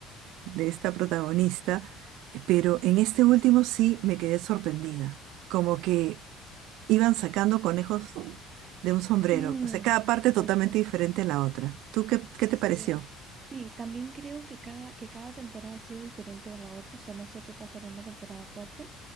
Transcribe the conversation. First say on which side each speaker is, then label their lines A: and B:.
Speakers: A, on the right; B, on the right.
A: de esta protagonista. Pero en este último sí me quedé sorprendida. Como que Iban sacando conejos de un sombrero,
B: mm,
A: o sea, cada parte
B: Exacto.
A: totalmente diferente a la otra. ¿Tú qué, qué te
B: Sí.
A: pareció?
B: Sí, también creo que cada, que cada temporada ha sido diferente a la otra, o sea, no sé qué pasará en la temporada 4,